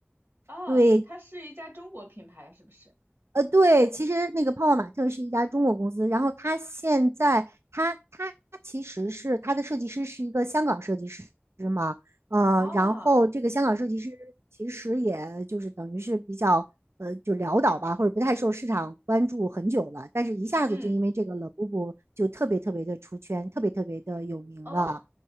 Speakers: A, on the right (about 65°); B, on the right (about 80°).
A: 哦，
B: 对，
A: 它是一家中国品牌，是不是？
B: 呃，对，其实那个泡泡玛特是一家中国公司，然后它现在，它它其实是它的设计师是一个香港设计师嘛，呃，
A: 哦，
B: 然后这个香港设计师其实也就是等于是比较呃就潦倒吧，或者不太受市场关注很久了，但是一下子就因为这个
A: 嗯
B: l 布布就特别特别的出圈，特别特别的有名了。
A: 哦